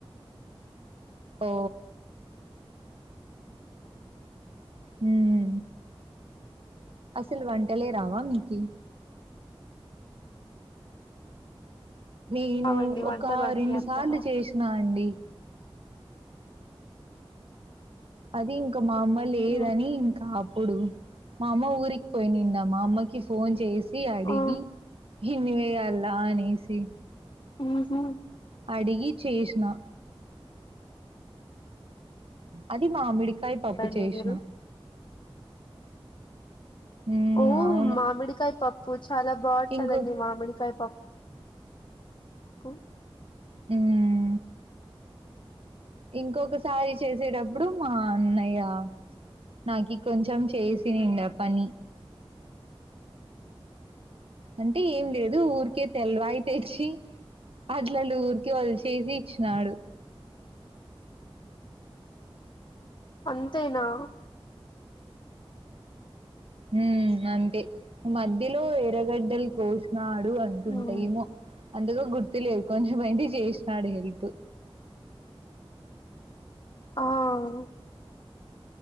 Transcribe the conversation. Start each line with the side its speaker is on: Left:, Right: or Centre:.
Right: ఓ. ఉమ్. అసల్ వంటలే రావా మీకి. నేను
Left: రావండి
Right: ఒక
Left: వంటలన్నీ
Right: రెండు
Left: అంతగా
Right: సార్లు చేసినా అండి. అది ఇంకా మా అమ్మ లేదని
Left: మ్
Right: ఇంకా అప్పుడు. మా అమ్మ ఊరికి పోయినిండే మా అమ్మకి ఫోన్ చేసి అడిగి.
Left: ఆ
Right: ఏమేం వేయాలి అనేసి.
Left: ఉహూ.
Right: అడిగి చేసినా. అది మామిడికాయ పప్పు
Left: రండి
Right: చేషిన.
Left: మీరు
Right: ఉమ్
Left: ఓ
Right: అవును.
Left: మామిడికాయ పప్పు చాలా బాగుంటదండి
Right: ఇంకో
Left: మామిడికాయ పప్పు. అప్.
Right: ఉమ్. ఇంకొకసారి చేసేటప్పుడు మా అన్నయ్య. నాకి కొంచెం చేసినుండే ఆ పని. అంటే ఏం లేదు ఊరికే తెల్లవాయి తెచ్చి. అట్లలుఊరికే వాడు చేసి ఇచ్చినాడు.
Left: అంతేనా.
Right: ఉమ్ అంతే మధ్యలో ఎరగడ్డలు కోసినాడు అనుకుంటాయేమో.
Left: మ్మ్
Right: అంతాగా గుర్తు లేదు కొంచెమైతే చేసినాడు హెల్ప్.
Left: ఆహ్.